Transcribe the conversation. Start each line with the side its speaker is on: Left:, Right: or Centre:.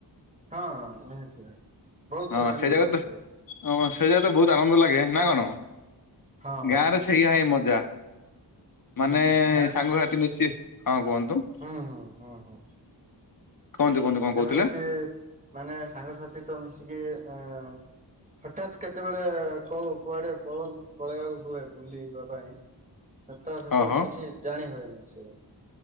Right: ହଁ ନିହାତି ଭାଇ ବହୁତ
Left: ହଁ
Right: ଥର ଏମିତି
Left: ସେ ଜାଗା
Right: କରିଛି
Left: ତ
Right: ଭାଇ
Left: ହଁ ସେ ଯା ତ ବହୁତ ଆନନ୍ଦ ଲାଗେ ନା କଣ
Right: ହଁ ଭାଇ
Left: ଗାଁ ରେ ସେଇଆ ହିଁ ମଜା
Right: ହୁଁ
Left: ମାନେ ସାଙ୍ଗସାଥୀ ମିଶି ହଁ କୁହନ୍ତୁ -
Right: ହଁ ହଁ ହଁ ହଁ
Left: କୁହନ୍ତୁ କୁହନ୍ତୁ କଣ
Right: ସାଙ୍ଗସାଥି
Left: କହୁଥିଲେ?
Right: ମାନେ ସାଙ୍ଗସାଥି ତ ମିଶିକି ଏ ହଠାତ୍ କେତେବେଳେ କହୁ କୁଆଡେ ପଳନ୍ତୁ ପଳେଇବାକୁ ହୁଏ ବୁଲିବା ପାଇଁ ସେ ତ ସେଥିେବେଳେ
Left: ହଁ ହଁ
Right: କିଛି ଜାଣି ହୁଏନି ସେଇଟା